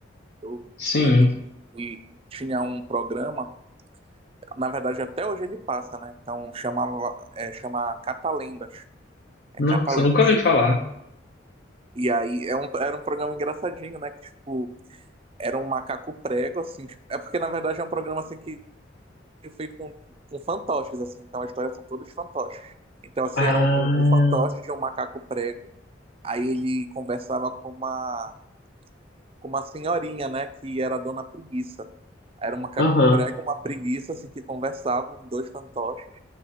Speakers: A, on the right (about 30°); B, on the left (about 55°).
A: Eu
B: sim.
A: lembro que tinha um programa. Na verdade, até hoje ele passa, né? Então chamava, é, chama Catalendas. É
B: Nossa,
A: Catalendas.
B: eu nunca ouvi
A: E,
B: falar.
A: e aí é um, era um programa engraçadinho, né? Que, tipo, era um macaco prego, assim. tipo, é porque, na verdade, é um programa assim que é feito com, com fantoches, assim. Então as histórias são todos fantoches. Então, assim,
B: Ah,
A: era um, um, um fantoche de um macaco prego. Aí ele conversava com uma, com uma senhorinha, né? Que era a dona preguiça. Era um macaco
B: aham,
A: prego, uma preguiça, assim, que conversavam, dois fantoches.